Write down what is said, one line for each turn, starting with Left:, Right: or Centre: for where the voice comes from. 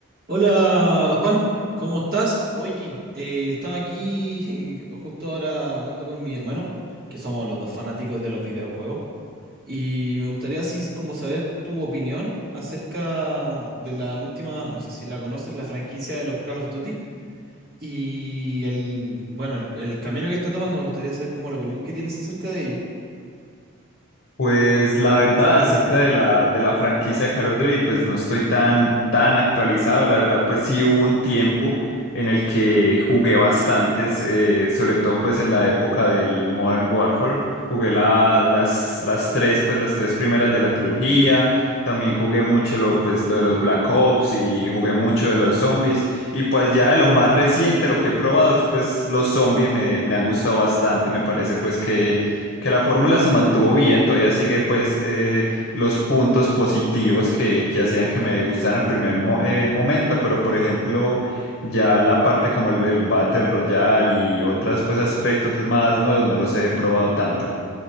Right: Hola Juan, ¿cómo estás? Oye, eh, estaba aquí <laughs> justo ahora hablando con mi hermano, que somos los dos fanáticos de los videojuegos, y me gustaría así como saber tu opinión acerca de la última, no sé si la conoces, la franquicia de los Call of Duty y el, bueno, el, el camino que está tomando, me gustaría saber como la opinión que tienes acerca de ello.
Left: Pues la verdad, acerca de la, de la franquicia de Call of Duty, pues no estoy tan, tan actualizado. La verdad, pues sí hubo un tiempo en el que jugué bastantes, eh, sobre todo pues en la época del Modern Warfare. Jugué la- las, las tres, pues las tres primeras de la trilogía. También jugué mucho lo, pues, lo de los Black Ops y jugué mucho de los zombies. Y pues ya de lo más reciente, lo que he probado, es, pues los zombies me, me han gustado bastante. Me parece pues que que la fórmula se mantuvo bien, todavía sigue pues eh, los puntos positivos que, que hacían que me gustaran en primer mo- eh, momento, pero por ejemplo ya la parte como el, el Battle Royale y otros pues aspectos más nuevos no los he probado tanto.